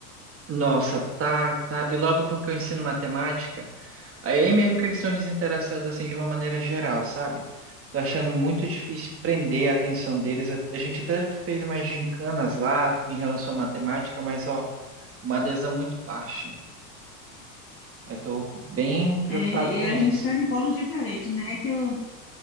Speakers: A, on the right (about 30°); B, on the left (about 25°).
A: Nossa, tá, tá. E logo porque eu ensino matemática, aí é mesmo que eles são desinteressados assim de uma maneira geral, sabe? Tô achando muito difícil prender a atenção deles. A a gente até fez umas gincanas lá em relação à matemática, mas ó, uma adesão muito baixa. Eu tô bem preocupado
B: é,
A: com
B: e a
A: isso.
B: gente está em polos diferentes, né? Que eu